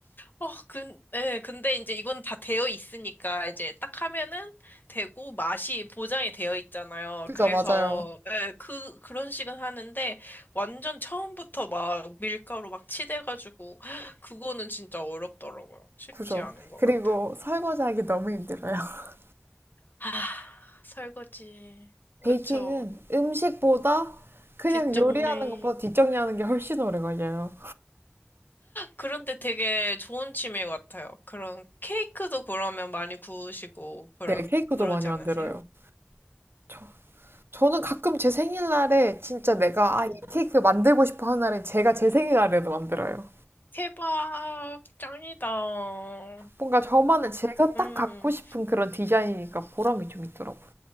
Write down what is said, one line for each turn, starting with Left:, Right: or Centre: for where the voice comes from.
Left: 어, 근, 예, 근데 이제 이건 다 되어 있으니까 이제 딱 하면은 되고 맛이 보장이 되어 있잖아요.
Right: 그죠,
Left: 그래서
Right: 맞아요.
Left: 예, 그 그런 식은 하는데 완전 처음부터 막 밀가루 막 치대가지고 <gasps> 그거는 진짜 어렵더라고요. 쉽지
Right: 그죠.
Left: 않은 것
Right: 그리고
Left: 같아요.
Right: 설거지하기 너무 힘들어요. <laughs>
Left: 아, 설거지.
Right: 베이킹은
Left: 그쵸.
Right: 음식보다 그냥
Left: 뒷정리.
Right: 요리하는 것보다 뒷정리하는 게 훨씬 오래 걸려요.
Left: 그런데 되게 좋은 취미 같아요. 그런 케이크도 그러면 많이 구우시고 그러,
Right: 네, 케이크도
Left: 그러지
Right: 많이
Left: 않으세요?
Right: 만들어요. 저, 저는 가끔 제 생일날에 진짜 내가 아, 이 케이크 만들고 싶어 하는 날엔 제가 제 생일날에도 만들어요.
Left: 대박, 짱이다. 막,
Right: 뭔가 저만의 제가 딱
Left: 음,
Right: 갖고 싶은 그런 디자인이니까 보람이 좀 있더라고요.